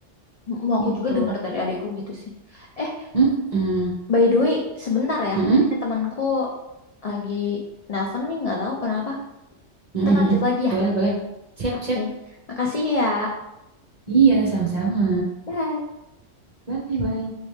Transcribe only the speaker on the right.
gitu.
Heeh.
Heeh.
Heeh.
Boleh, boleh. Siap,
siap.
Iya, sama-sama.
Bye, bye.